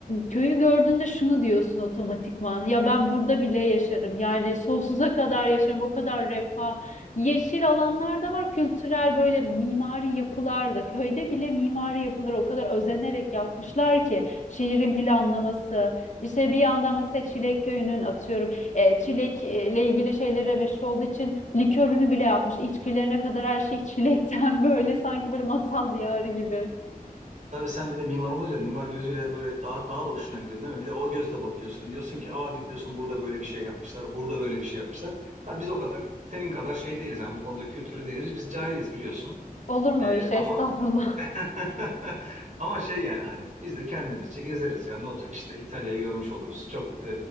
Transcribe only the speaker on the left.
köyü gördüğünde şunu diyorsun otomatikman. Ya ben burada bile yaşarım. Yani sonsuza kadar yaşarım. O kadar refah Yeşil alanlar da var, kültürel böyle mimari yapılar da. Köyde bile mimari yapıları o kadar özenerek yapmışlar ki şehrin planlaması. İşte bir yandan mesela Çilek Köyü'nün atıyorum e, çilekle ilgili şeylere meşhur olduğu için likörünü bile yapmış. İçkilerine kadar her şey <laughs> çilekten böyle sanki böyle masal diyarı gibi.
Olur mu
öyle şey?
Estağfurullah.